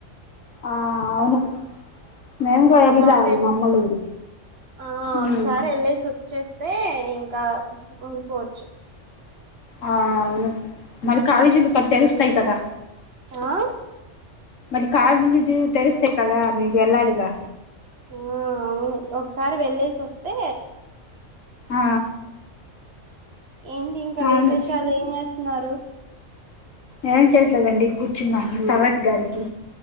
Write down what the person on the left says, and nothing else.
ఆ అవును మేము కూడా
వెళ్ళి రావాలి
మా అమ్మోళ్ళూరు
మ్మ్
ఆ అవును మరి కాలేజ్ ఇల్ పతస్త సై కదా
మరి కా <unintelligible> తెలుస్తాయి కదా మీకు వెళ్ళాలిగా
ఆ
అవును
ఏం చేయట్లేదండి కూర్చున్నాను సల్లటి గాలికి